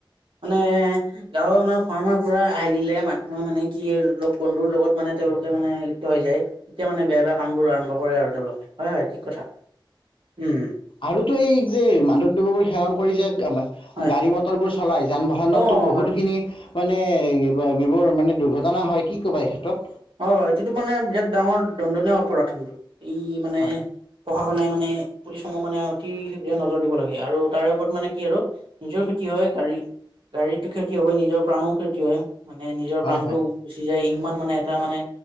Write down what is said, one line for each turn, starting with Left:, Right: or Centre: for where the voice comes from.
Right: মানে? গাঁৱৰ মানে ফাৰ্মাৰ পৰা আহিলে মানুহে মানে কি লগ বন্ধুৰ লগত মানে তেওঁলোকে মানে লিপ্ত হৈ যায়। তেতিয়া মানে বেয়া বেয়া কামবোৰ আৰম্ভ কৰে আৰু তেওঁলোকে হয় হয় ঠিক কথা উম।
Left: আৰুতো এই যে মাদকদৱবোৰ সেৱন কৰিছে আমাৰ,
Right: হয়
Left: গাড়ী মটৰবোৰ চলায় যান বাহনতো
Right: অ
Left: বহুতোখিনি
Right: হয়
Left: মানে? এ যিবোৰ মানে দুৰ্ঘটনা হয় কি ক'বা এই ক্ষেত্ৰত?
Right: অ এইটোটো মানে বিৰাট ডাঙৰ দণ্ডনীয় অপৰাধ কিন্তু। এই মানে
Left: হয়
Right: প্ৰশাসনে মানে? পুলিচসমূহ মানে অতি শীঘ্ৰে নজৰ দিব লাগে আৰু তাৰে ওপৰত মানে কি আৰু নিজৰ ক্ষতি হয় গাড়ীৰ, গাড়ীৰতো ক্ষতি হবই নিজৰ প্ৰাণও ক্ষতি হয়। মানে নিজৰ
Left: হয়
Right: প্ৰাণটোও
Left: হয়
Right: গুচি যায় ইমান মানে এটা মানে